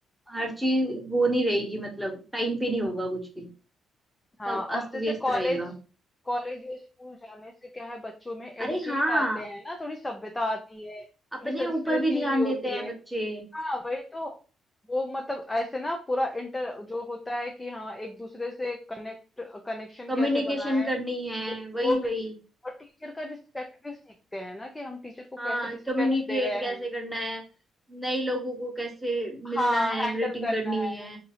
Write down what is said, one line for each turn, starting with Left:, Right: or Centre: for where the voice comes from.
Centre: हर चीज वो नहीं रहेगी मतलब टाइम पे नहीं होगा कुछ भी
Left: हाँ
Centre: सब
Left: और
Centre: अस्त
Left: जैसे
Centre: व्यस्त
Left: कॉलेज
Centre: रहेगा
Left: कॉलेज या स्कूल जाने से क्या है बच्चों में एडिकेट
Centre: अरे हाँ
Left: आते हैं ना थोड़ी सभ्यता आती है थोड़ी
Centre: अपने
Left: संस्कृति
Centre: ऊपर भी ध्यान
Left: भी होती
Centre: देते हैं
Left: है
Centre: बच्चे
Left: हाँ वही तो वो मतलब ऐसे ना पूरा इंटर जो होता है कि हाँ एक दूसरे से कनेक्ट कनेक्शन
Centre: कम्युनिकेशन
Left: कैसे बनाए
Centre: करनी है
Left: वो,
Centre: वही
Left: वो भी
Centre: वही
Left: और टीचर का रिस्पेक्ट भी सीखते हैं ना कि हम टीचर को
Centre: हाँ
Left: कैसे रिस्पेक्ट
Centre: कम्युनिकेट
Left: दे रहे
Centre: कैसे
Left: हैं
Centre: करना है नए लोगों को कैसे मिलना
Left: हाँ
Centre: है
Left: हैंडल
Centre: ग्रीटिंग
Left: करना
Centre: करनी
Left: है
Centre: है